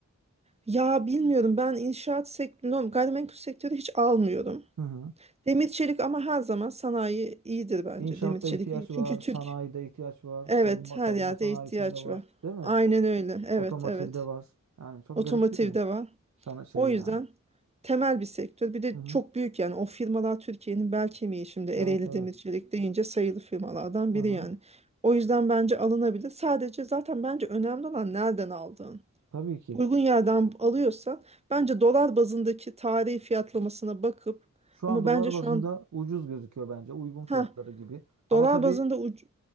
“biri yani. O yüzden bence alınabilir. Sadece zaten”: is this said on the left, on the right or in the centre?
Right